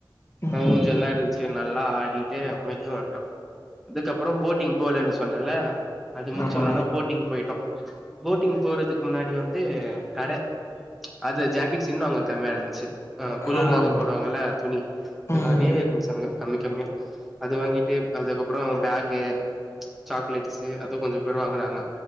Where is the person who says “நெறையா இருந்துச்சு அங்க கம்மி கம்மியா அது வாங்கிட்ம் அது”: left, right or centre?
Centre